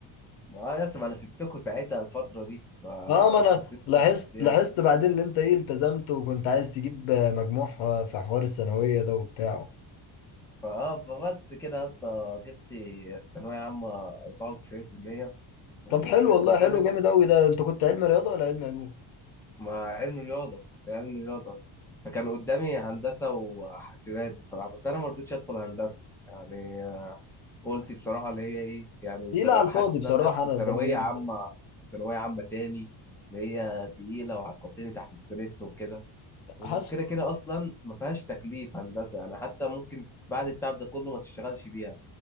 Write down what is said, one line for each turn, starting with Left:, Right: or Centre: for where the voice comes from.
Centre: ما اه يس ما انا سبتكوا ساعتها الفترة دي فكنت
Left: اه ما انا
Centre: انتوا
Left: لاحظت
Centre: مقضينا
Left: لاحظت بعدين ان انت ايه التزمت وكنت عايز تجيب مجموع ح- في حوار الثانويه ده وبتاعه
Centre: فاه بس كده يا اسطى جبت في ثانوية عامة 94% وكان
Left: طب حلو والله
Centre: قدامي
Left: حلو جامد قوي ده انت كنت علم رياضه ولا علم علوم
Centre: ما علم رياضة كنت علم رياضة فكان قدامي هندسة وحاسبات بصراحة بس انا ما رضيتش ادخل هندسة يعني آه، قلت بصراحة اللي هي ايه يعني
Left: تقيله
Centre: سنة
Left: على الفاضي
Centre: حاسس ان
Left: بصراحه
Centre: انا هدخل
Left: انا
Centre: ثانوية
Left: ده من-
Centre: عامة ثانوية عامة تاني اللي هي تقيلة وهتحطني تحت ستريس وكده وكده
Left: حاسس
Centre: كده اصلا ما فيهاش تكليف هندسه يعني حتى ممكن بعد التعب ده كله ما تشتغلش بيها